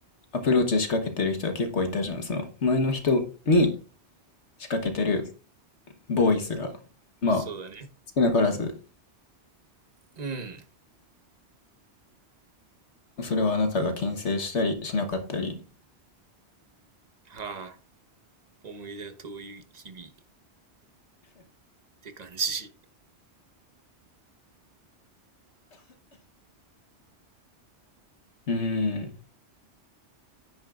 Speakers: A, on the left; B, on the right.
A: アプローチ仕掛けてる人は結構いたじゃん。その、前の人に仕掛けてるボーイスが、まあ、
B: そうだね。
A: 少なからず、
B: うん。
A: それはあなたが牽制したりしなかったり。
B: はあ、思い出の遠い日々って感じ。<laughs> い
A: うーん、